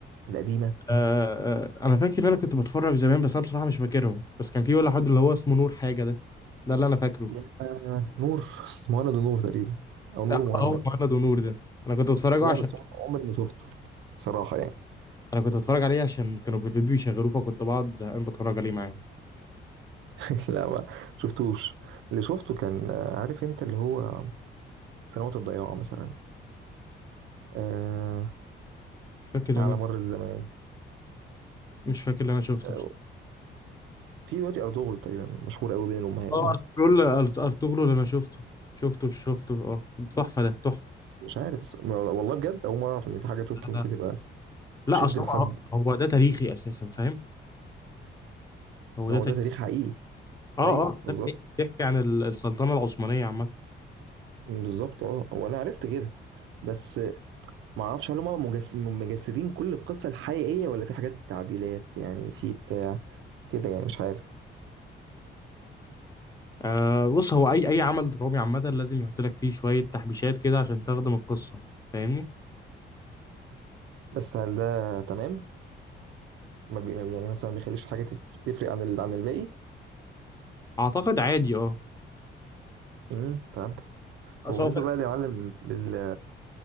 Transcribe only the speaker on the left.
آه آه انا فاكر ان انا كنت بتفرج زمان بس انا بصراحه مش فاكرهم بس كان في ولا حد اللي هو اسمه نور حاجه ده ده اللي انا فاكره
لا
هو مهند ونور ده انا كنت بتفرجه
عشان
انا كنت بتفرج عليه عشان كانوا في البيبي بيشغلوه فكنت بقعد زهقان بتفرج عليه معاهم
مش فاكر اللي
انا
مش فاكر اللي انا شفته
بس.
اه
ارطغرل أرط- ارطغرل اللي انا شفته شفته شفته اه تحفه ده تحفه
لا
لا، اصل
هو هو ده تاريخي اساسا فاهم هو
ده
تاريخي.
اه
اه
ده بيحكي بيحكي عن ال- السلطنه العثمانيه عامه
آه بص هو اي اي عمل درامي عامه لازم يحط لك فيه شويه تحبيشات كده عشان تخدم القصه فاهمني
اعتقد عادي اه
اصل
هو في